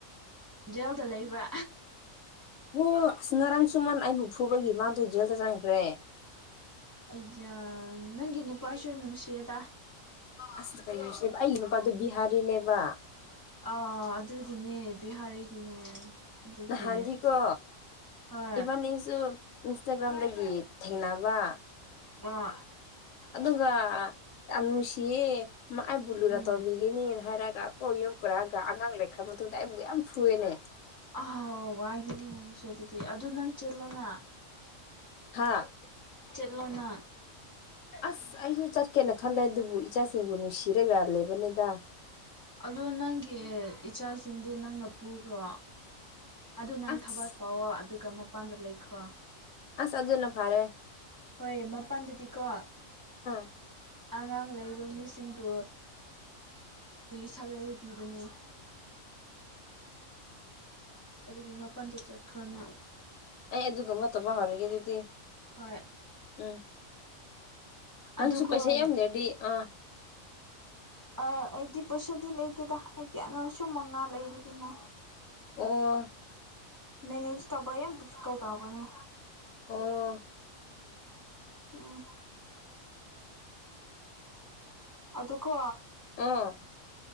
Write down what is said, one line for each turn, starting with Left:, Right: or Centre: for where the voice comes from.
Right: ꯖꯦꯜꯗ ꯂꯩꯕ
Left: ꯑꯣ ꯑꯁ ꯉꯔꯥꯡ ꯁꯨꯝꯃꯟ ꯑꯩꯕꯨꯛ ꯐꯨꯕꯒꯤ ꯃꯥꯗꯣ ꯖꯦꯜꯗ ꯆꯪꯈ꯭ꯔꯦ
Right: ꯑꯌꯥ ꯅꯪꯒꯤ ꯅꯨꯄꯥꯥꯏꯁꯨ ꯅꯨꯡꯁꯤꯗ
Left: ꯑꯁ ꯀꯔꯤ ꯍꯥꯏꯁꯦꯕ ꯑꯩꯒꯤ ꯃꯄꯥꯗꯨ ꯕꯤꯍꯥꯔꯤꯅꯦꯕ
Right: ꯑꯥ ꯑꯗꯨꯒꯤꯅꯦ ꯕꯤꯍꯥꯔꯤꯒꯤꯅꯦ ꯑꯗꯨꯒꯤ
Left: ꯍꯥꯟꯖꯤꯀꯣ
Right: ꯍꯣꯏ
Left: ꯏꯚꯟꯁꯨ ꯏꯟꯁꯇꯒ꯭ꯔꯥꯝꯗꯒꯤ ꯊꯦꯡꯅ ꯋꯥ
Right: ꯑ
Left: ꯑꯗꯨꯒ ꯌꯥꯝ ꯅꯨꯡꯁꯤꯌꯦ ꯑꯩ ꯕꯨꯜꯂꯨꯅ
Right: ꯎꯝ
Left: ꯇꯣꯕꯤꯒꯤꯅꯤꯅ ꯍꯥꯏꯔꯛ ꯒ ꯀꯣ ꯌꯨꯝ ꯄꯨꯔꯛꯑꯒ ꯑꯉꯥꯡ ꯂꯩꯈ꯭ꯔ ꯃꯇꯨꯡꯗ ꯑꯩꯕꯨ ꯌꯥꯝ ꯐꯨꯑꯦꯅꯦ
Right: ꯑꯍꯥꯎ ꯋꯥꯒꯤꯅꯤ ꯅꯪꯁꯨ ꯑꯗꯨꯗꯤ ꯑꯗꯨ ꯅꯪ ꯆꯠꯂꯣꯅ
Left: ꯍꯥ
Right: ꯆꯠꯂꯣꯅꯪ
Left: ꯑꯁ ꯑꯩꯁꯨ ꯆꯠꯀꯦꯅ ꯈꯜꯂꯦ ꯑꯗꯨꯕꯨ ꯏꯆꯥꯁꯤꯡꯕꯨ ꯅꯨꯡꯁꯤꯔ ꯌꯥꯜꯂꯦꯕꯅꯤꯗ
Right: ꯑꯣ ꯅꯪꯒꯤ ꯏꯆꯥꯁꯤꯡꯗꯨ ꯅꯪꯅ ꯄꯨꯔꯣ ꯑꯗꯨ ꯅꯪ
Left: ꯑꯁ
Right: ꯊꯕꯛ ꯀꯥꯎꯑꯣꯣ ꯑꯗꯨꯒ ꯃꯄꯥꯟꯗ ꯂꯩꯈ꯭ꯔꯣ
Left: ꯑ ꯁꯖꯅ ꯐꯥꯔꯦ
Right: ꯍꯣꯏ ꯃꯄꯥꯟꯗꯗꯤꯀꯣ
Left: <inaudible>
Right: ꯑꯉꯥꯡ ꯂꯩ ꯃꯤꯁꯤꯡꯕꯨ ꯁꯦꯂꯔꯤ ꯄꯤꯕꯅꯦ
Left: <unintelligible>
Right: ꯑꯗꯨꯒꯤ ꯃꯄꯥꯟꯗ ꯆꯠꯈ꯭ꯔꯣꯅ
Left: ꯑꯗꯨꯒꯗꯨꯒ ꯃꯠꯇꯕ ꯍꯔꯒꯦ ꯑꯗꯨꯗꯤ
Right: ꯍꯣꯏ
Left: ꯎꯝ ꯅꯪꯁꯨ
Right: ꯑꯗꯨꯒꯣꯟ
Left: ꯄꯩꯁꯥ ꯌꯥꯝ ꯂꯩꯔꯗꯤ ꯑꯥ
Right: ꯑ ꯑꯩꯗꯤ ꯄꯩꯁꯥꯗꯤ ꯂꯩꯇꯦꯗ ꯑꯩꯒꯤ ꯑꯉꯥꯡꯁꯨ ꯃꯉꯥ ꯂꯩꯕꯒꯤꯅꯦ
Left: ꯑꯣ
Right: ꯃꯦꯅꯦꯖ ꯇꯕ ꯌꯥꯝ ꯗꯤꯐꯀꯜꯕꯅꯦ
Left: ꯑꯣ
Right: ꯎꯝ ꯑꯗꯨꯀꯣ
Left: ꯑꯥ